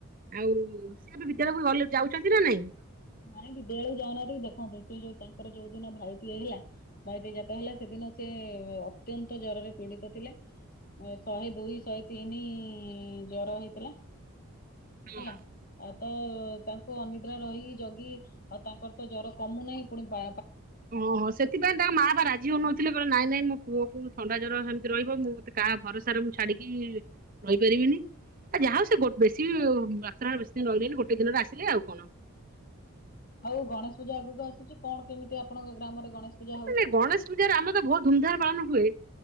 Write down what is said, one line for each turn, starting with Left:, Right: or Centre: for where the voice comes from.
Right: ଆଉ ସେଏବେ ବିଦ୍ୟାଳୟକୁ ଗଲେ ଯାଉଚନ୍ତିନା ନାଇଁ?
Left: ନାଇଁ ବିଦ୍ୟାଳୟକୁ ଯାଉନାହାନ୍ତି ଦେଖନ୍ତୁ ସେଯୋଉ ତାଙ୍କର ଯୋଉ ଦିନ ଭାଇଟିଏ ହେଲା ଭାଇଟିଏ ଜାତ ହେଲା ସେଦିନ ସେ ଅତ୍ୟନ୍ତ ଜରରେ ପୀଡ଼ିତ ଥିଲେ। ଏ ଶହେ ଦୁଇ ଶହେ ତିନି ଜର ହେଇଥିଲା।
Right: ହଁ
Left: ହେଲା ଆ ତତାଙ୍କୁ ଅନିଦ୍ରା ରହି ଜଗି ଆଉ ତାଙ୍କରତ ଜ୍ୱର କମୁନାହିଁ ପୁଣି ବା
Right: ଅଁହଁ ସେଥିପାଇଁ ତାଙ୍କ ମାପା ରା ଝିଅ ନୋଉଥିଲେ କହିଲ ନାଇଁ ନାଇଁ ମୋ ପୁଅକୁ ଥଣ୍ଡା ଜର ହେମିତି ରହିବ ମୁଁ ମତେ କାହା ଭରସାରେ ମୁଁ ଛାଡ଼ିକି ରହିପାରିବିନି ଆଉ ଯାହା ହଉ ସେ ଗୋ ବେଶୀବି ମାତ୍ରାରେ ବେଶୀ ଦିନ ରହିଲେନି ଗୋଟେ ଦିନରେ ଆସିଲେ ଆଉ କଣ।
Left: ଆଉ ଗଣେଶ ପୂଜା ଆଗକୁ ଆସୁଚି କଣ କେମିତି ଆପଣଙ୍କ ଗ୍ରାମରେ ଗଣେଶ ପୂଜା
Right: ହେତେନେଇଁ
Left: ହଉଛି?
Right: ଗଣେଶ ପୂଜାରେ ଆମେତ ବହୁତ୍ ଧୁମଧାମରେ ପାଳନ ହୁଏ।